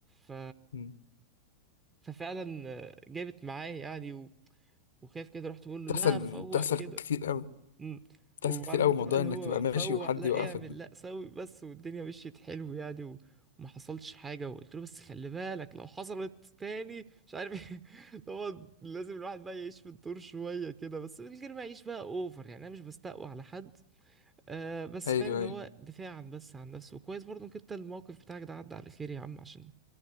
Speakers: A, on the right; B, on the left.
A: ف
B: مم.
A: ففعلا آه، جابت معاه يعني وخايف كده رحت بقول
B: بتحصل
A: له لا فوق
B: بتحصل
A: كده
B: كتير قوي
A: امم
B: بتحصل
A: وعارف
B: كتير قوي
A: انت
B: موضوع
A: بقى اللي
B: انك
A: هو
B: تبقى ماشي
A: فوق
B: وحد
A: لا
B: يوقفك
A: اعمل
B: ده
A: لا سوي بس والدنيا مشيت حلو يعني و... وما حصلش حاجة وقلت له بس خلي بالك لو حصلت تاني مش عارف ايه <laughs> طبعا لازم الواحد بقى يعيش في الدور شوية كده بس من غير ما يعيش بقى اوفر يعني انا مش بستقوى على حد آه بس
B: ايوه
A: فاهم اللي
B: ايوه
A: هو دفاعا بس عن نفسه وكويس برضه انك انت الموقف بتاعك ده عدى على خير يا عم عشان